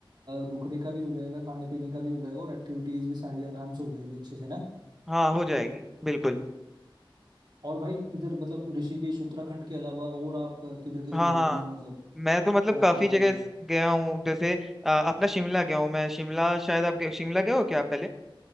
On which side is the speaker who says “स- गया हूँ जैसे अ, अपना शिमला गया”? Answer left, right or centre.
Centre